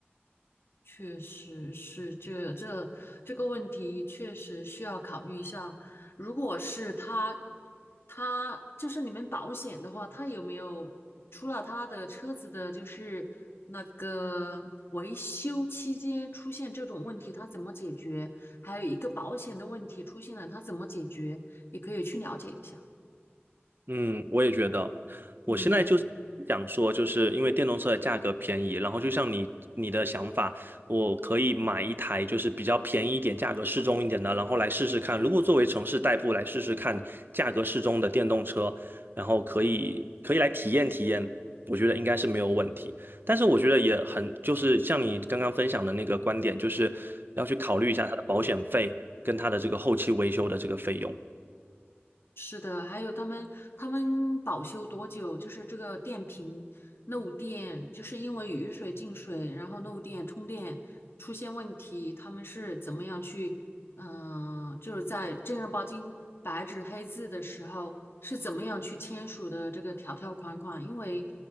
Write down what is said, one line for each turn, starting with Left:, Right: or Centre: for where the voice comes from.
Left: 确实是这这这个问题，确实需要考虑一下。如果是他，他就是你们保险的话，他有没有除了他的车子的，就是那个维修期间出现这种问题，他怎么解决？还有一个保险的问题出现了，他怎么解决？也可以去了解一下。
Right: 嗯，我也觉得，
Left: 嗯。
Right: 我现在就是想说，就是因为电动车的价格便宜，然后就像你你的想法，我可以买一台就是比较便宜一点、价格适中一点的，然后来试试看。如果作为城市代步来试试看，价格适中的电动车，然后可以可以来体验体验，我觉得应该是没有问题。但是我觉得也很，就是像你刚刚分享的那个观点，就是要去考虑一下它的保险费跟它的这个后期维修的这个费用。
Left: 是的，还有他们他们保修多久？就是这个电瓶漏电，就是因为雨水进水，然后漏电充电出现问题，他们是怎么样去，嗯、就是在正儿八经白纸黑字的时候是怎么样去签署的这个条条款款？因为